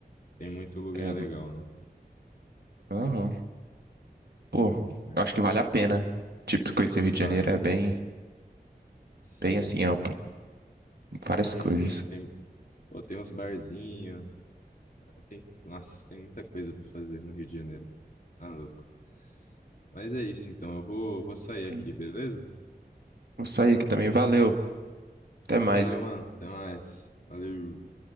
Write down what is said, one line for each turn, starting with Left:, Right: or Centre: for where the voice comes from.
Left: tem muito lugar
Right: É,
Left: legal, né?
Right: aham. Pô,
Left: É,
Right: eu acho que vale a pena. Tipo, conhecer o Rio de Janeiro
Left: Vale, velho.
Right: é bem,
Left: Sim.
Right: bem assim, amplo, várias
Left: Uhum,
Right: coisas.
Left: tem, pô, tem uns barzinhos. Tem, nossa, tem muita coisa pra fazer no Rio de Janeiro. Tá louco. Mas é isso, então. Eu vou, vou sair
Right: Aí,
Left: aqui, beleza?
Right: Vou sair aqui também, valeu, até mais.
Left: Valeu, mano. Até mais. Valeu.